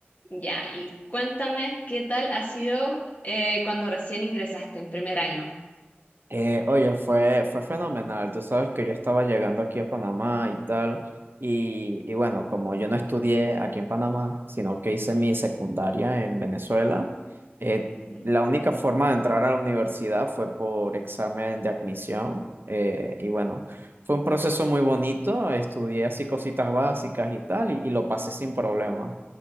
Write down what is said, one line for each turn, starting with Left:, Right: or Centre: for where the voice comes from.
Left: Ya, y cuéntame qué tal ha sido eh, cuando recién ingresaste en primer año.
Right: Eh, oye, fue, fue fenomenal. Tú sabes que yo estaba llegando aquí a Panamá y tal. Y, y bueno, como yo no estudié aquí en Panamá, sino que hice mi secundaria en Venezuela, eh,
Left: Ujú.
Right: la única forma de entrar a la universidad fue por examen de admisión. eh, y bueno, fue un proceso muy bonito. Estudié así cositas básicas y tal, y, y lo pasé sin problema.